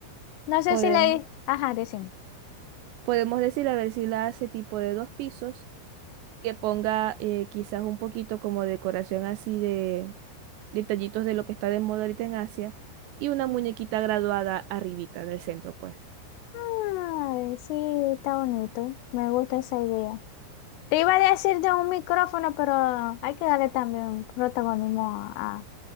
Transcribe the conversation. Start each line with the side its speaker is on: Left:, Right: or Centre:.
Left: No sé
Right: Podemos,
Left: si le... Ajá, decimos.
Right: podemos decir a ver si la hace tipo de dos pisos, que ponga eh, quizás un poquito como decoración así de detallitos de lo que está de moda ahorita en Asia y una muñequita graduada arribita en el centro, pues.
Left: Ay, sí, está bonito. Me gusta esa idea. Te iba a decir de un micrófono, pero hay que darle también protagonismo a,